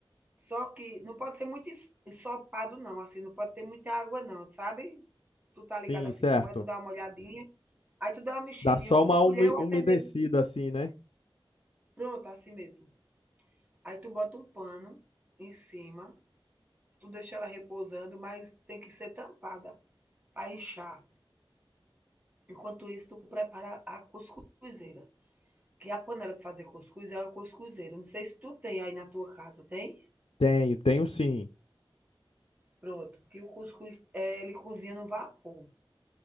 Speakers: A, on the right (about 15°); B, on the left (about 80°).
A: Só que não pode ser muito ens ensopado não, assim, não pode ter muita água não, sabe. Tu tá ligado
B: Sim,
A: assim
B: certo.
A: como é, tu dá uma olhadinha aí tu dá uma mexidinha
B: Dá só
A: ou
B: uma
A: com a colher
B: ume-
A: ou
B: umedecida
A: até mesmo
B: assim, né?
A: pronto, assim mesmo. Aí tu bota um pano em cima, tu deixa ela repousando, mas tem que ser tampada para inchar. Enquanto isso, tu prepara a cuscuzeira, que a panela de fazer cuscuz é uma cuscuzeira, não sei se tu tem aí na tua casa, tem?
B: Tenho, tenho sim.
A: Pronto, que o cuscuz, eh, ele cozinha no vapor.